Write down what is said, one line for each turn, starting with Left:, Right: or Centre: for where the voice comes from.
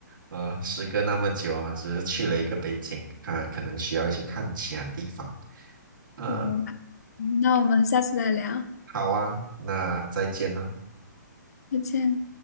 Right: 啊，时隔那么久啊，只是去了一个北京，啊，可能需要去看其他地方。啊，
Left: 对，那我们下次再聊，
Right: 好啊，那再见了。
Left: 再见。